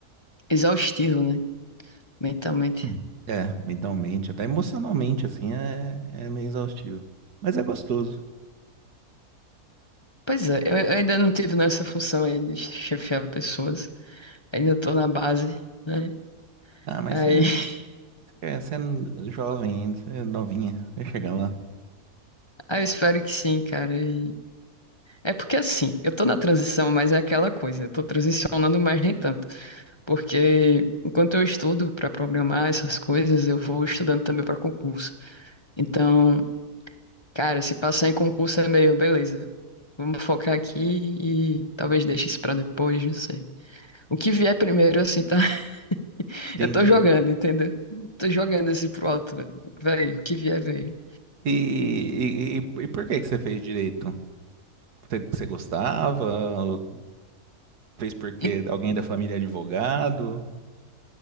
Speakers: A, on the left; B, on the right.
A: exaustivo, né? Mentalmente.
B: Hum. É, mentalmente, até emocionalmente, assim, é, é meio exaustivo. Mas é gostoso.
A: Pois é, eu eu ainda não tive nessa função aí de chefiar pessoas. Ainda tô na base, né?
B: Ah, mas
A: Aí,
B: você,
A: <laughs>
B: é, você é jovem ainda, você é novinha, vai chegar lá.
A: aí eu espero que sim, cara. E É porque assim, eu tô na transição, mas é aquela coisa, eu tô transicionando, mas nem tanto. Porque enquanto eu estudo pra programar essas coisas, eu vou estudando também pra concurso. Então. Cara, se passar em concurso é meio, beleza. Vamos focar aqui e talvez deixe isso pra depois, não sei. O que vier primeiro, assim, tá? <laughs>
B: Entendi.
A: Eu tô jogando, entendeu? Tô jogando esse pro alto, velho. O que vier, veio.
B: E, e, e, e por que que você fez direito? Você, você gostava? Ou Fez porque
A: E-
B: alguém da família é advogado?